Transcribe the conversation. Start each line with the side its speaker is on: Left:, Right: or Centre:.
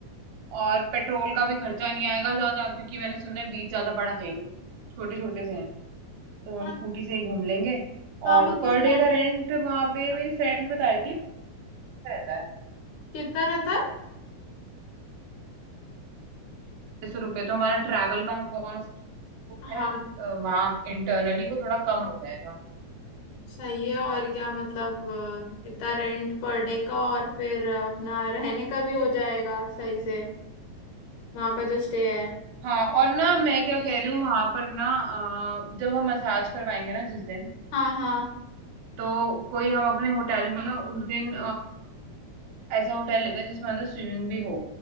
Right: और पेट्रोल का भी खर्चा नहीं आएगा ज्यादा क्योंकि मैंने सुना है बीच ज्यादा बड़ा है ही नहीं छोटे छोटे से हैं तो हम
Left: हाँ
Right: स्कूटी से ही घूम लेंगे
Left: हाँ
Right: और
Left: वो तो
Right: पर
Left: पर
Right: डे का रेंट वहां पे मेरी फ्रेंड बता रही थी पचास रहता है
Left: कितना रहता है
Right: छह सौ रुपये तो हमारा ट्रैवल का कॉस्ट जो है
Left: हाँ
Right: अ, वहाँ इंटरनली वो थोड़ा कम हो जाएगा
Left: सही है और क्या मतलब अ, इतना रेंट पर डे का और फिर अ, अपना रहने का भी हो जाएगा सही से वहाँ का जो स्टे है
Right: हाँ और ना मैं क्या कह रही हूँ वहां पर ना अ, जब हम मसाज करवाएंगे ना जिस दिन
Left: हाँ हाँ
Right: तो कोई हम अपने होटल में ना उस दिन ऐसा होटल लेते हैं जिसमें अंदर स्विमिंग भी हो